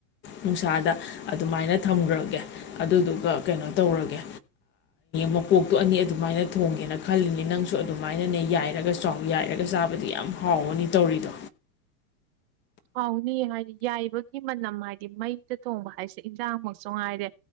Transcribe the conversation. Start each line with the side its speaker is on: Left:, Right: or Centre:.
Left: ꯅꯨꯡꯁꯥꯗ ꯑꯗꯨꯃꯥꯏꯅ ꯊꯝꯈ꯭ꯔꯒꯦ ꯑꯗꯨꯗꯨꯒ ꯀꯩꯅꯣ ꯇꯧꯔꯒꯦ ꯃꯀꯣꯛꯇꯣ ꯑꯅꯤ ꯑꯗꯨꯃꯥꯏꯅ ꯊꯣꯡꯒꯦꯅ ꯈꯜꯂꯤꯅꯦ ꯅꯪꯁꯨ ꯑꯗꯨꯃꯥꯏꯅꯅꯦ ꯌꯥꯏꯔꯒ ꯆꯥꯎ ꯌꯥꯏꯔꯒ ꯂꯣ ꯆꯥꯕꯗꯤ ꯌꯥꯝ ꯍꯥꯎꯕꯅꯤ ꯇꯧꯔꯤꯗꯣ
Right: ꯍꯥꯎꯅꯤꯌꯦ ꯍꯥꯏꯗꯤ ꯌꯥꯏꯕꯒꯤ ꯃꯅꯝ ꯍꯥꯏꯗꯤ ꯃꯩꯗ ꯊꯣꯡꯕ ꯍꯥꯏꯁꯦ ꯏꯟꯁꯥꯡꯃꯛꯁꯨ ꯉꯥꯏꯔꯦ